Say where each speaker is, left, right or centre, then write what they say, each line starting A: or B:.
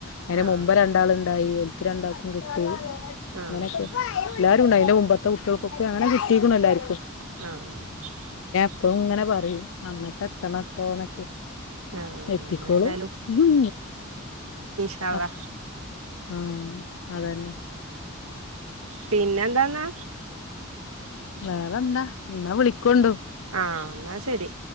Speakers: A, on the left; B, on the right.
A: അയിന്
B: ആഹ്
A: മുമ്പ് രണ്ടാള്ണ്ടായി ഓൽക്ക് രണ്ടാക്കും കിട്ടി
B: ആഹ്
A: അങ്ങനൊക്കെ എല്ലാരുണ്ട്
B: ആഹ്
A: അയ്ന്റെ മുമ്പത്തെ കുട്ട്യേൾ ഒക്കെ അങ്ങനെ കിട്ടീക്കുണു എല്ലാർക്കും
B: ആഹ്
A: ഇപ്പൊങ്ങനെ പറിം അങ്ങട്ടെത്തെണട്ടോ ന്നക്കെ
B: ആഹ്
A: എത്തിക്കോളും
B: ഏതായാലും
A: ഉം <unintelligible>
B: ട്ടള്ള
A: ഉം അതന്നെ.
B: പിന്നെ എന്താന്ന
A: വേറെന്ത? എന്ന വിളിക്കൊണ്ടോ <unintelligible>
B: ആഹ് എന്നാ ശരി